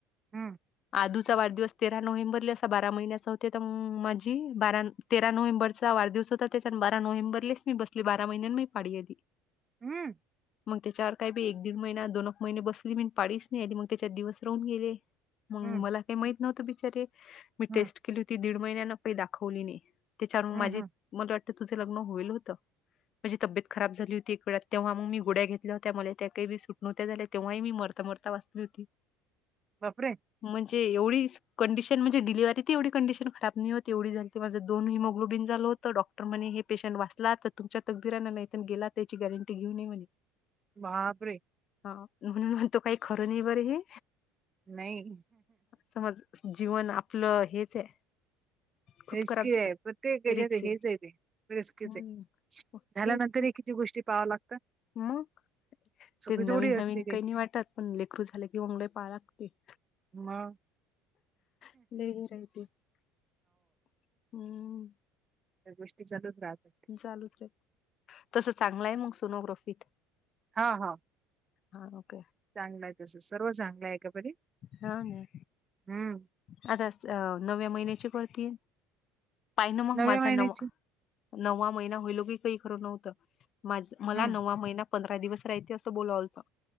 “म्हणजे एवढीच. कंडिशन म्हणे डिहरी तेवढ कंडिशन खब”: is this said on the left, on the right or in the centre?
Left